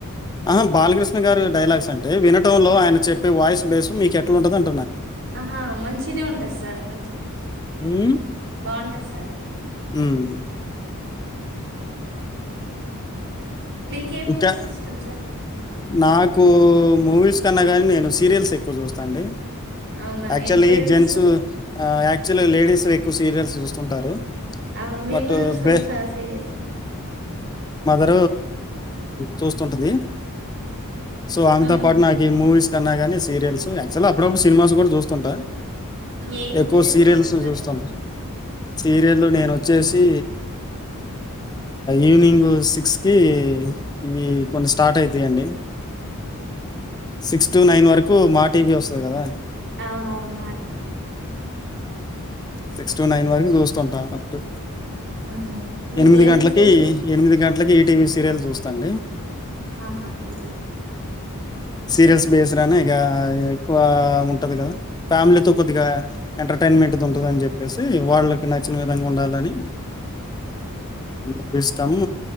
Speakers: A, on the left; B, on the right.
A: ఆహా బాలకృష్ణ గారు డైలాగ్స్ అంటే వినటంలో ఆయన చెప్పే వాయిస్ బేస్ మీకు ఎట్లా ఉంటది అంటున్నా
B: ఆహా మంచినే ఉంటుంది సార్ కొంచెం
A: హ్మ్.
B: బావుంటది సార్
A: హ్మ్.
B: ఓకే మీకు ఏ మూవీస్
A: ఇంకా
B: ఇష్టం సార్
A: నాకు మూవీస్ కన్నా కానీ నేను సీరియల్స్ ఎక్కువ చూస్తా అండి
B: అవునా
A: ఆక్చుల్
B: ఏం సీరియల్
A: జెంట్స్
B: చూస్తారు?
A: ప్ర లేడీస్ ఎక్కువ సీరియల్స్ చూస్తుంటారు
B: అవును మీన్
A: బట్
B: కూడా చూస్తాం
A: బే
B: సార్ సీరియల్
A: మ చూస్తుంటది సో ఆమెతో
B: హ్మ్.
A: పాటు నాకు ఈ మూవీస్ కన్నా కానీరియల్స్యాక్చువల్ అప్పుడప్పుడు సినిమాస్ కూడా చూస్తుంటా
B: ఏ
A: ఎక్కువ
B: సీరియల్
A: సీరియల్స్
B: చూస్తారు సార్
A: చూస్తుంట
B: ఎక్కువ
A: సీరియల్ లో నేను వచ్చేసి ఈవినింగ్ సిక్స్ కి ఇది కొన్ని స్టార్ట్ అవు ఇ అండి సిక్స్ టు నైన్ వరకు మా టీవీ వస్తుంది కదా
B: అవునవును మాట
A: సిక్స్ టు నైన్ వరకు చూస్తుంటా ఉంటా
B: ఉహు మీకేం
A: ఎనిమిది గంటలకి
B: సీరి
A: ఎనిమిది గంట ఇట్లకి ఈ టీవీ సీరియల్ చూస్తండి
B: ఆహా ఇది
A: సీరియల్స్ బేస్డ్ అయినా ఇక ఎక్కువ ఉంటుంది కదా ఫ్యామిలీతో కొద్దిగా ఎంటర్టైన్మెంట్ ఉంటుంది అని చెప్పేసి వాళ్ళకి నచ్చిన విధంగా ఉండాలని మూ ఇష్టాము